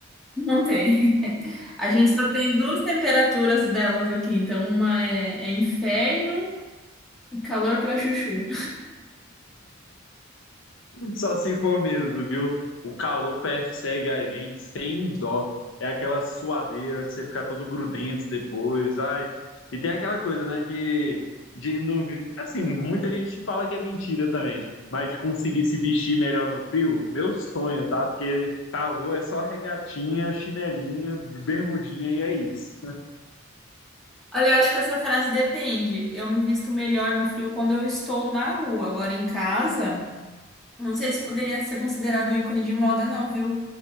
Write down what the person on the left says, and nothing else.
Só se for mesmo, viu? O calor persegue a gente sem dó. É aquela suadeira, você ficar todo grudento depois. Ai. E tem aquela coisa, né, de, de no, assim, muita gente fala que é mentira também, mas de conseguir se vestir melhor no frio, meu sonho, tá? Porque calor é só regatinha, chinelinho, bermudinha e é isso.